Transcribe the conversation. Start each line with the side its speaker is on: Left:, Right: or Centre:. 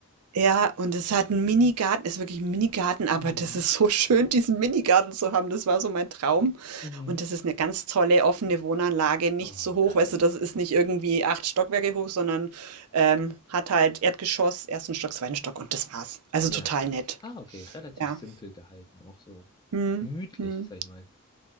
Right: ja, und es hat einen Minigarten, ist wirklich ein Minigarten, aber
Left: Mhm.
Right: das ist so <laughs> schön, diesen Minigarten zu haben. Das war so mein Traum.
Left: Mhm.
Right: Und das ist eine ganz tolle offene Wohnanlage, nicht
Left: Oh,
Right: so hoch,
Left: geil.
Right: weißt du, das ist nicht irgendwie acht Stockwerke hoch, sondern ähm, hat halt Erdgeschoss, ersten Stock, zweiten Stock und das war's. Also
Left: Ja.
Right: total nett.
Left: Ah, okay, relativ
Right: Ja.
Left: simpel gehalten, auch so
Right: Mhm,
Left: gemütlich,
Right: mhm.
Left: sag ich mal.